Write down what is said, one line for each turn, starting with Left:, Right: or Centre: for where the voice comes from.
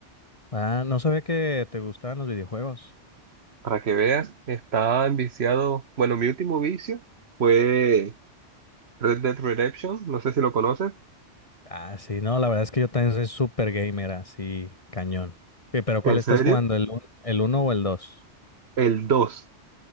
Left: Ah, no sabía que te gustaban los videojuegos.
Right: Para que veas, estaba enviciado, bueno, mi último vicio fue Red Dead Redemption, no sé si lo conoces,
Left: Ah, sí, no, la verdad es que yo también soy súper gamer, así, cañón. Ok, pero ¿cuál
Right: en
Left: estás
Right: serio,
Left: jugando? ¿El, un- el 1 o el 2?
Right: el 2.